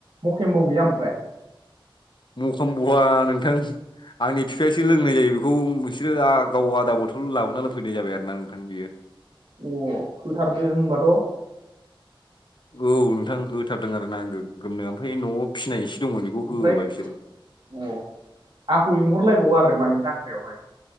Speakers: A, on the right; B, on the left.
A: मकेमब' गैया ओमफ्राय
B: म'खामब'आ नोंथां आंनि फिफायासो लोंनाय जायो बेखौ बिसोरो आ गाव आदा बथल लाबोना लोंफैनाय जाबाय आरोना नों थां बियो
A: अ होथारदो होनबाथ'
B: औ नोंथां होथारदों आरोना गोगोमनो ओमफाय न'आव फिनाय एसे दङ बेखौ
A: ओमफ्राय
B: होबाय बिसोरो
A: अ आंखौ लिंहरलायबावा आरो माने जांख्रायावहाय